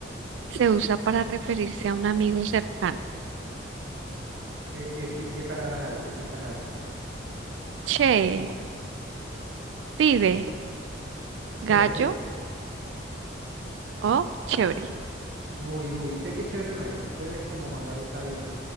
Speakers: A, on the right (about 75°); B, on the right (about 60°).
A: se usa para referirse a un amigo cercano?
B: ¿Qué, qué, pi- qué palabras hay? ¿Qué pistas hay?
A: Che, pibe,
B: Che,
A: Gallo
B: boludo.
A: o chévere.
B: Uy, uy, sé que chévere no es. Chévere es como cuando algo está bien.